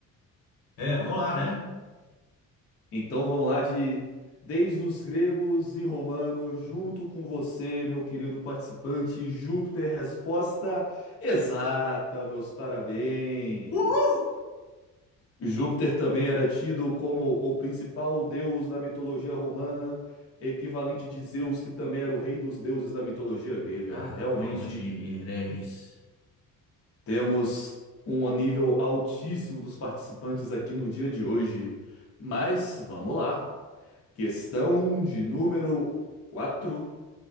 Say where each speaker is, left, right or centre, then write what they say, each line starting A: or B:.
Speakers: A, on the left; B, on the left.
A: É, vamos lá, né?
B: Então vamos lá de desde os gregos e romanos, junto com você, meu querido participante, Júpiter, resposta exata, meus parabéns.
A: Uhul!
B: Júpiter também era tido como o principal deus da mitologia romana, equivalente de Zeus, que também era o rei dos deuses da mitologia grega.
A: Ah,
B: Realmente
A: bando de hereges.
B: temos um nível altíssimo dos participantes aqui no dia de hoje. Mas vamos lá. Questão de número 4.